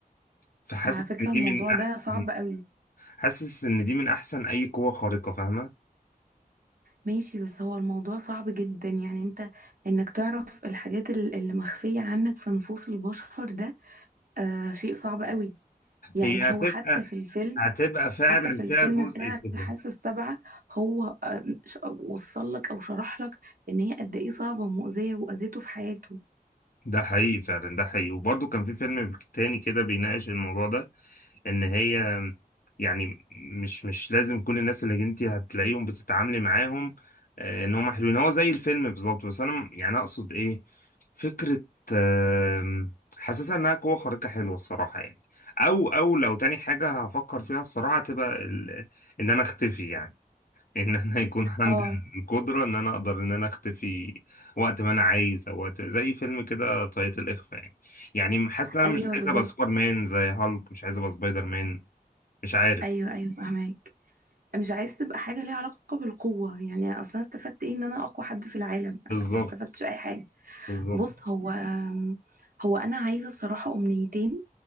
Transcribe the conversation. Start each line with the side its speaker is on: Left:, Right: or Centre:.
Left: فحاسس
Right: بس على فكرة
Left: إن دي
Right: الموضوع
Left: من
Right: ده
Left: أحسن
Right: صعب قوي
Left: حاسس إن دي من أحسن أي قوة خارقة فاهمة
Right: ماشي بس هو الموضوع صعب جدا يعني انت انك تعرف الحاجات ال- اللي مخفية عنك في نفوس البشر ده آه شيء صعب قوي يعني
Left: هي هتبقى
Right: هو حتى في الفيلم
Left: هتبقى فعلا
Right: حتى في الفيلم
Left: فيها جزء
Right: بتاع
Left: كده
Right: الحاسة السابعة هو آه، ش- وصل لك او شرح لك ان هي قد ايه صعبة ومؤذية واذيته في حياته
Left: ده حقيقي فعلا ده حقيقي وبرضه كان في فيلم تاني كده بيناقش الموضوع ده ان هي يعني مش مش لازم كل الناس اللي انت هتلاقيهم بتتعاملي معاهم آه، ان هم حلوين هو زي الفيلم بالظبط بس انا يعني اقصد ايه فكرة آم، حاسسها انها قوة خارقة حلوة الصراحة يعني او او لو تاني حاجة هفكر فيها الصراحة تبقى ال- ان انا اختفي يعني ان انا يكون عندي
Right: اه
Left: القدره ان انا اقدر ان انا اختفي وقت ما انا عايز او وقت زي فيلم كده طاقية الاخفاء يعني يعني حاسس ان انا
Right: ايوه
Left: مش عايز
Right: بالظبط
Left: ابقى سوبر مان زي هالك مش عايز ابقى سبايدر مان مش عارف
Right: ايوه ايوه فهماك مش عايز تبقى حاجة ليها علاقة بالقوة يعني اصلا استفدت ايه ان انا اقوى حد في العالم
Left: بالظبط
Right: ما استفدتش اي حاجة
Left: بالظبط
Right: بُص، هو آمم، هو أنا عايزة بصراحة أمنيتين،